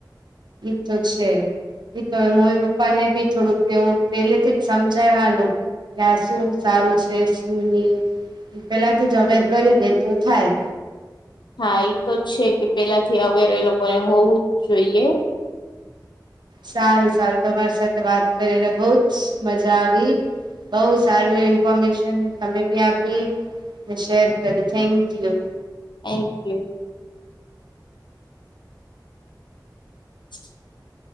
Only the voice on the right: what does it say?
એ, તો છે એ તો હ મમી પપ્પા ને ભી થોડુંક એવું પેલે થી જ સમજાયવાનું ત્યાં શું સારું છે શું નહી પેલા થી જ આગળ કરી દે તો થાય
સારું, સારું, તમારી સાથે વાત કરીને બહુ જ મજા આવી બઉ સારી ઇન્ફોર્મેશન તમે બી આપી મે શેર કરી થેન્ક યુ